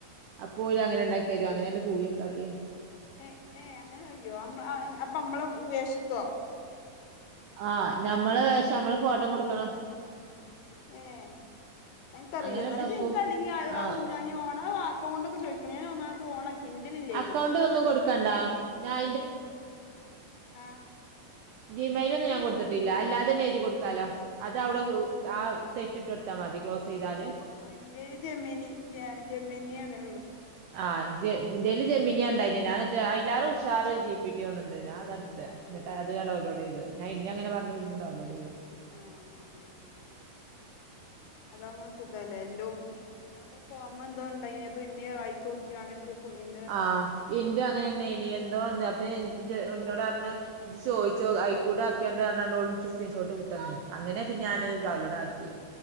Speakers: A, on the right (about 85°); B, on the left (about 75°).
A: അപ്പോ ഓര് അങ്ങനെണ്ടാക്കിയരും അങ്ങനെല്ല പൂവിയോക്കാട്ട്യേ
B: ഏഹ് ഏഹ് അങ്ങനെ കയ്യോ? അമ്മളാ അഹ് അപ്പ അമ്മളാ വേഷത്തൊ
A: ആഹ് നമ്മള് പക്ഷേ ഞമ്മള് ഫോട്ടോം കൊടുക്കണം
B: ഏഹ് എന്ക്കറീല
A: അങ്ങനെ
B: ന്നാലും
A: ഇണ്ടാക്കും
B: പക്ഷേ ഇന്ക് അല്ലെങ്ങി അഹ്
A: ആഹ്
B: അഹ് ഞാന് ഓണ് അക്കൗണ്ടൊക്കെ ചോയി പ്പ ഞാൻ ഒരു പ്രാവശ്യം ഓണാക്കിന് ഇന്റേലില്ലേനി.
A: അക്കൗണ്ട് ഒന്നും കൊടുക്കണ്ടാ ഞാൻ
B: ഓക്കേ ആഹ്
A: ജി മെയിലൊന്നും
B: ഇന്റേല്
A: ഞാൻ കൊടുത്തിട്ട് കിട്ടില്ല അല്ലാതെന്നെ എഴുതി കൊടുക്കാലോ അത് അവിടെതു
B: ഇന്റേല്
A: ആ തെറ്റിട്ട് കൊടുത്താമതി ക്ലോസിയ്താല്
B: ആ ഇന്റെയില് ജമ്നി ജമ്നിയാണ്
A: ആഹ് ഇജ്ജ് ഇന്റേല് ജെമിന്യാണ്ടായിന് ഞാന്നിട്ട് അയിലാറ് ഉഷാറ് ജീ പി ട്ടി തോന്ന്ണ്ട്. ഞാ
B: ആഹ്
A: അതാ
B: ഇനി
A: ഇടുത്തേ.
B: നോക്കണം
A: ഇന്നട്ട്
B: എന്നാ
A: അത് ഡൗലോഡേയ്ത് ഞാൻ ഇന്നി അങ്ങനെ പറഞ്ഞു പിന്നെ ഡൗൺലോഡ് ചെയ്തോക്കി
B: ആഹ് നോക്കണം അതാവുമ്പോ സുഖല്ലേ? എല്ലോം ന്നാളിപ്പോ പോമ്പോ എന്തോ ഇണ്ടായിനി. അപ്പോ ഇന്നിം ആയിക്കോക്ക്യാണ്ട് <unintelligible>
A: ആഹ് ഇന്റെ അങ്ങനെന്നേയ്ണി എന്തോ ഒന്ന് അപ്പ ഞാൻ ഞ്ഞ് ഇന്നോടറഞ്ഞ് ഇജ്ജ് ചോദിച്ചോ അയിക്കൂടെ ആക്കിയാണ്ട് പറഞ്ഞോണ്ടോളിനിക്ക് സ്ക്രീൻഷോട്ട് വുട്ടെന്ന് അങ്ങനെ
B: ആഹ്
A: പിന്നത് ഡോലോഡ് ആക്ക്യേ